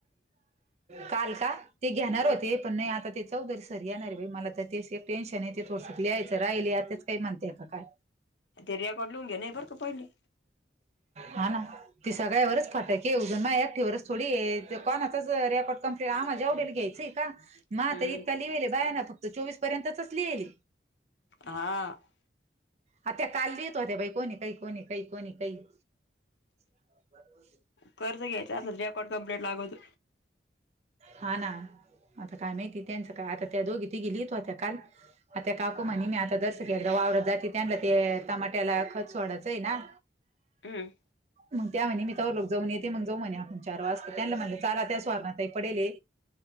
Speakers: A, on the right; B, on the left.
A: काल का? ते घेणार
B: ह
A: होते. पण नाही आता ते चौदरी सर येणारे बाई. मला तर तेच एक टेन्शन आहे. ते थोडसंक लिहायचं राहिले आता त्याच काही म्हणत्या का काय?
B: ते रेकॉर्ड लिहून देणेये बरं का पहिले.
A: हा ना. ते सगळ्यावरच फटाके उद्या. मा एकटीवरच थोडीये, ते कोणाचच रेकॉड कमंप्लीट आम्हाला जेवढ्यांना घ्यायचंय का मा
B: हम्म
A: तर इतका लिवेले, बाया ना फक्त चोवीस पर्यंतचच लिहेले.
B: हा.
A: आता त्या काल लिहित होत्या बाई, कोणी काही कोणी काही कोणी काही. <inaudible>
B: कर्ज घ्यायच असलं, रेकॉर्ड कम्पलेट लागत.
A: हा ना. आता काय माहिती त्यांचं काय? आता त्या दोघी तीघी लिहीत होत्या काल. आता त्या काकु म्हणे, मी आता दश एकदा वावरात जाते. त्यांना ते टमाट्याला खत सोडायचं आहे ना.
B: हम.
A: मग त्या म्हणे, मी तवलोग जाऊन येते. मग जाऊ म्हणे आपण चार वाजता. त्यांना म्हणलं चालत्या सुवर्णा ताई पडेले.